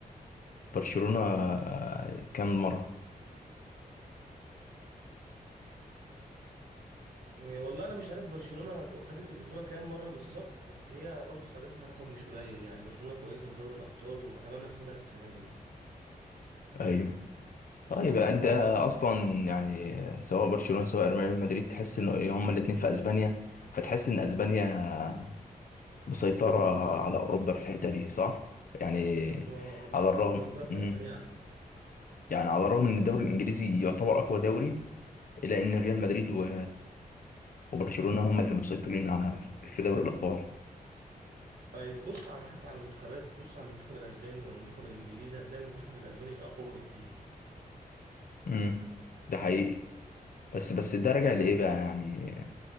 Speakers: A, on the left; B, on the right.
A: برشلونة آه، كام مرة
B: إيه والله انا مش عارف برشلونه خدت البطوله كام مره بالظبط بس هي برضو خدتها رقم مش قليل يعني برشلونه كويسه في دوري الابطال واتمنى تاخدها السنه دي يعني
A: ايوه طيب انت اصلا يعني سواء برشلونة سواء ريال مدريد تحس ان هما الاتنين في اسبانيا فتحس ان اسبانيا مسيطرة على اوروبا في الحتة دي صح يعني
B: اه انا بحس
A: على الرغم
B: ان الكوره في
A: مم.
B: اسبانيا احلى
A: يعني على الرغم ان الدوري الانجليزي يعتبر اقوى دوري الا ان ريال مدريد و... وبرشلونة هما اللي مسيطرين على في دوري الابطال
B: ايوه بص على حتى على المنتخبات بص على المنتخب الاسباني والمنتخب الانجليزي هتلاقي المنتخب الاسباني اقوى بكتير
A: امم ده حقيقي بس بس ده راجع لايه بقى يعني